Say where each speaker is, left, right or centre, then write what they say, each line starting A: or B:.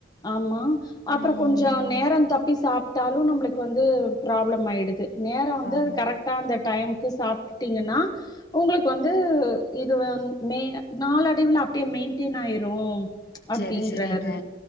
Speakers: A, on the left; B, on the left.
A: ஆமா அப்றோ
B: ம்
A: கொஞ்சோ நேரோ தப்பி சாப்ட்டாலு நம்ளுக்கு வந்து ப்ராப்ளம் ஆய்டுது நேரம் வந்து
B: ஆமாங்க
A: அது கரெக்டா அந்த டைமுக்கு சாப்பிட்டுட்டீங்கன்னா உங்களுக்கு வந்து இது வந் மே நாலடைவுல அப்டியே மெயின்டெயன் ஆயிரு அப்டிங்கறாரு
B: செரி செரிங்க